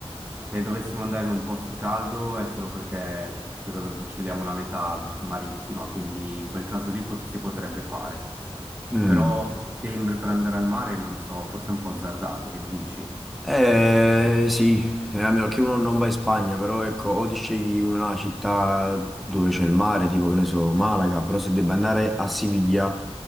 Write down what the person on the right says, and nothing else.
Se dovessimo andare in un posto caldo è solo perché secondo, scegliamo una meta marittima, quindi in quel caso lì pot- si potrebbe fare.
Però settembre per andare al mare, non so, forse è un po' azzardato, che dici?